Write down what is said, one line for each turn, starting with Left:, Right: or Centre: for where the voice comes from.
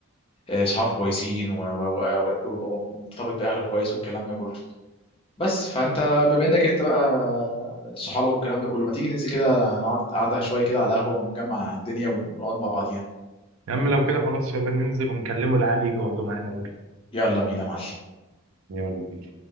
Left: آه، صحاب كويسين و- و- و- و- و- ومرتبط باهله كويس والكلام ده كله بس فانت بما انك انت بقى صحابك والكلام ده كله ما تيجي ننزل كده نقعد قعده شويه كده على القهوه ونجمع الدنيا ونقعد مع بعضينا
Right: يا عم لو كده خلاص يلا ننزل ونكلمه العالي يجي يقعدوا معانا بره
Left: يلا بينا يا معلم
Right: يلا بينا